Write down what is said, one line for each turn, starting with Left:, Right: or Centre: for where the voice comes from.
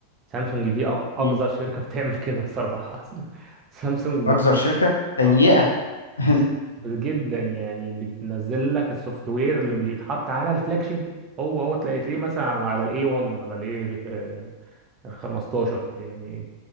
Right: سامسونج دي أق- اقذر
Left: مم.
Right: شركة <laughs> بتعمل كده بصراحة <laughs> سامسونج
Left: اكثر
Right: بت...
Left: شركه سيئة
Right: أق-
Left: <laughs>
Right: جدا يعني بتنزل لك السوفت وير اللي بيتحط على الفلاج شيب هو هو تلاقي تلاقيه مثلا على الاي 1 ولا الاي 15 يعني